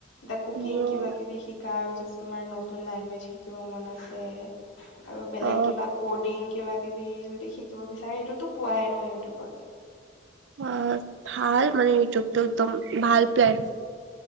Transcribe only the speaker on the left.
দা কুকিং,
কিবা-কিবি শিকা আৰু যদি তোমাৰ নতুন লেংগুৱেজ শিকিব মন আছে। আৰু বেলেগ
কিবা কডিং কিবা কিবি যদি শিকিব বিচাৰে সেইটোতো পোৱাই ন ইউটিউবত।